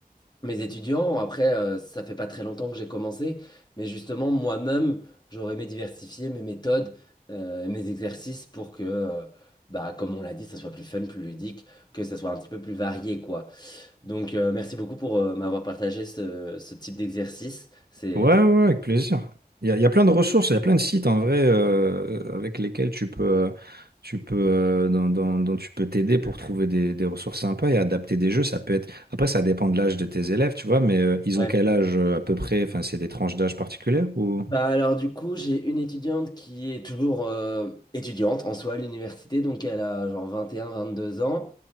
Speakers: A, on the left; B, on the right.
A: mes étudiants. Après, euh, ça fait pas très longtemps que j'ai commencé, mais justement, moi-même, j'aurais aimé diversifier mes méthodes, euh, et mes exercices pour que, euh, bah, comme on l'a dit, ça soit plus fun, plus ludique, que ça soit un petit peu plus varié, quoi. Donc, euh, merci beaucoup pour euh, m'avoir partagé ce, ce type d'exercice. C'est
B: Ouais, ouais,
A: c'est-
B: ouais, avec plaisir. Il y a, il y a plein de ressources, il y a plein de sites en vrai euh, avec lesquels tu peux, euh, tu peux, euh, dans- dans- dont tu peux t'aider pour trouver des, des ressources sympas et adapter des jeux. Ça peut être. Après, ça dépend de l'âge de tes élèves, tu vois, mais euh, ils
A: ouais.
B: ont quel âge euh, à peu près? Enfin, c'est des tranches d'âge particulières ou?
A: Bah alors du coup, j'ai une étudiante qui est toujours euh, étudiante en soi à l'université, donc elle a genre vingt et un vingt deux ans.